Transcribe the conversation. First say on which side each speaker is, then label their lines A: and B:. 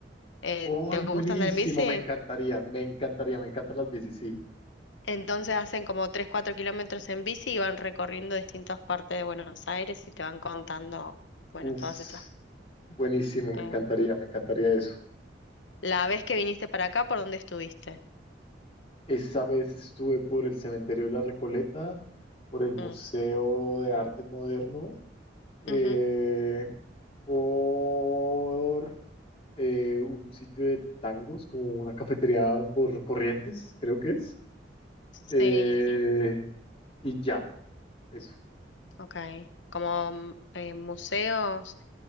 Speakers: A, on the left (about 80°); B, on the left (about 30°).
A: En-
B: ¡Ay,
A: ¿te gusta
B: buenísimo!
A: andar en bici?
B: Me encantaría, me encantaría, me encantan las bicis, sí.
A: Entonces hacen como 3, 4 kilómetros en bici y van recorriendo distintas partes de Buenos Aires y te van contando, bueno,
B: Uf,
A: todas esas
B: buenísimo,
A: eh,
B: me encantaría, me encantaría eso.
A: La vez que viniste para acá, ¿por dónde estuviste?
B: Esa vez estuve por el Cementerio de la Recoleta, por el Museo
A: Mm,
B: de Arte Moderno, eh,
A: ujú,
B: por eh, un sitio de tangos, como una cafetería por Corrientes, creo que es.
A: Sí,
B: Eh, y ya. Eso
A: ok. Como mm, eh, museos,